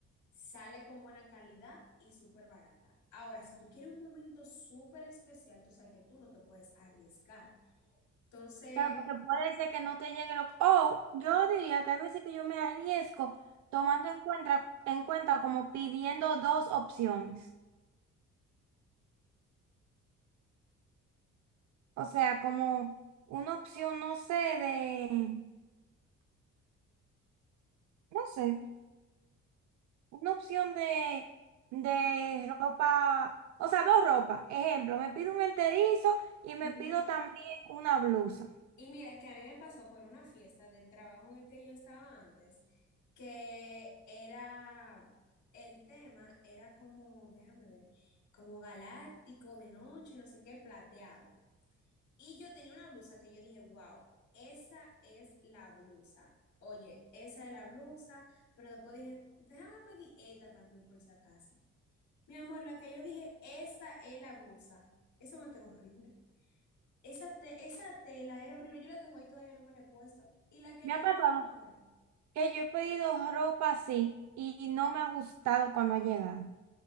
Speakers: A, on the left; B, on the right.
A: sale con buena calidad y súper barata. Ahora, si tú quieres un momento súper especial, tú sabes que tú no te puedes arriesgar. Entonces,
B: Claro, porque puede ser que no te llegue lo... O yo diría que hay veces que yo me arriesgo tomando en cuenta, en cuenta como pidiendo dos opciones. O sea, como una opción, no sé, de... No sé, una opción de, de ropa... O sea, dos ropas. Ejemplo, me pido un enterizo y me
A: ujú,
B: pido también una blusa.
A: Y mira que a mí me pasó por una fiesta del trabajo en el que yo estaba antes, que era, el tema era como, déjame ver, como galáctico de noche, no sé qué, plateado. Y yo tenía una blusa que yo dije, wow, esa es la blusa. Oye, esa es la blusa, pero después dije, déjame pedir esta también por si acaso. Mi amor, la que yo dije, esa es la blusa. Eso me quedó horrible. Esa, te- esa tela era horrible. Yo la tengo ahí todavía, no me la he puesto. Y la que
B: Me
A: dije,
B: ha pasado
A: vamos a ver.
B: que yo he pedido ropa así y no me ha gustado cuando ha llegado.